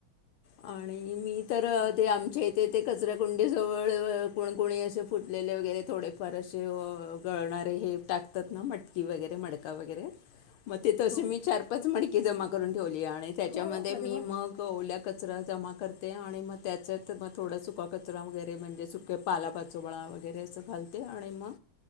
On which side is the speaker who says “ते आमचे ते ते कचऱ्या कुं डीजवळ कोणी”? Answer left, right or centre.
Left